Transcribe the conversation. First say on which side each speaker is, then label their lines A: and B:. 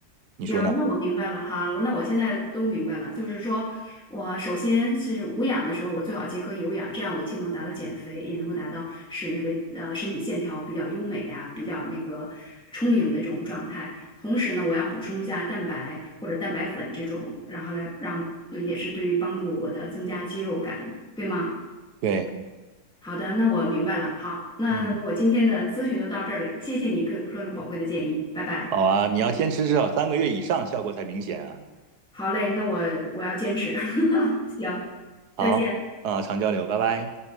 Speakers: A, on the right; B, in the centre.
A: 你说呢？
B: 行，那我明白了哈，那我现在都明白了，就是说我首先是无氧的时候，我最好结合有氧，这样我既能达到减肥，也能够达到使那个呃身体线条比较优美啊，比较那个充盈的这种状态。同时呢，我要补充一下蛋白或者蛋白粉这种，然后来让呃也是对于帮助我的增加肌肉感，对吗？
A: 对，
B: 好的，那我明白了。好，那那我今天的咨询就到这里，
A: 嗯，
B: 谢谢你各各种宝贵的建议，拜拜。
A: 好啊，你要坚持至少三个月以上，效果才明显啊。
B: 好嘞，那我我要坚持。<laughs> 行，
A: 好啊，
B: 再见。
A: 常交流，拜拜。